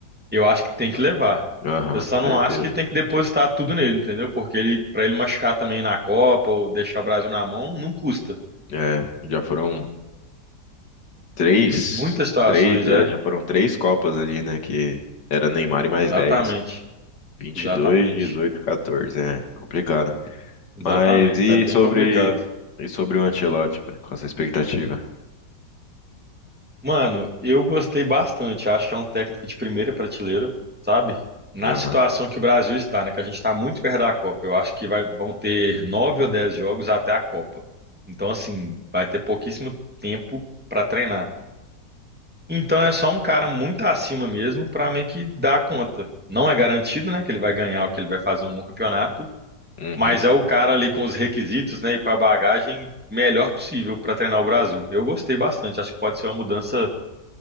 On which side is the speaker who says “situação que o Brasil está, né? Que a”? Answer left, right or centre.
Centre